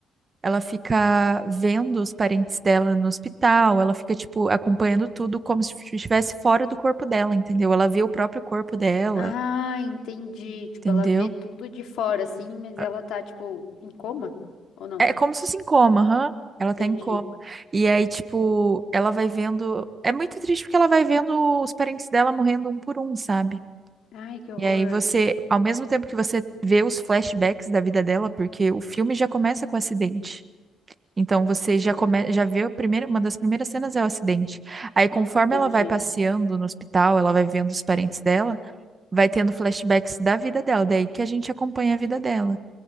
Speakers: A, on the right (about 30°); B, on the left (about 75°).
A: ela fica vendo os parentes dela no hospital, ela fica, tipo, acompanhando tudo como se estivesse fora do corpo dela, entendeu? Ela vê o próprio corpo dela,
B: Ah, entendi. Tipo,
A: entendeu?
B: ela vê tudo de fora, assim, mas
A: Ah,
B: ela tá, tipo, em coma? Ou não?
A: É é como se fosse em coma, aham.
B: Entendi.
A: Ela tá em coma. E aí, tipo, ela vai vendo. É muito triste porque ela vai vendo os parentes dela morrendo um por um, sabe?
B: Ai, que horror.
A: E aí você, ao mesmo tempo que você vê os flashbacks da vida dela, porque o filme já começa com o acidente. Então você
B: Uhum,
A: já come, já vê o primeiro, uma das primeiras cenas é o acidente. Aí conforme
B: entendi,
A: ela vai passeando no hospital, ela vai vendo os parentes dela, vai tendo flashbacks da vida dela, daí que a gente acompanha a vida dela.